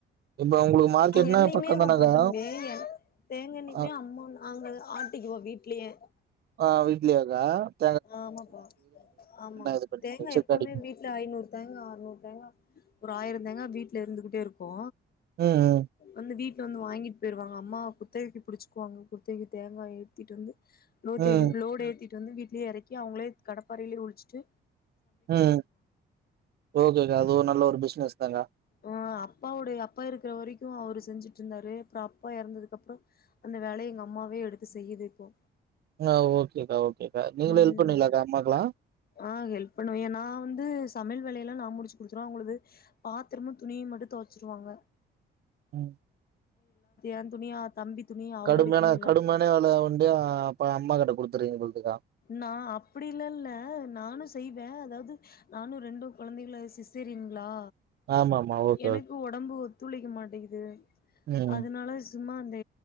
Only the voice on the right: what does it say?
இப்ப உங்களுக்கு மார்க்கெட்னா
பக்கம்
தானக்கா?
அ
கா வீட்லவே கா
இது பண்ணி
செக்
அடிக்கணும்.
ம்.
ம். ம்.
ம் ஓகேகா அதுவு நல்ல ஒரு பிசினஸ் தாங்கா
ஆ ஓகேகா ஓகேகா நீங்களு
ஹெல்ப் பண்ணுவீங்ளாகா அம்மாக்லா
ம்
கடுமையான
கடுமையான
வேல ஒண்டி அப்ப அம்மா கிட்ட கொடுத்து <unintelligible>
ஆமாமா. ஓகே,
ஓகே.
ம்.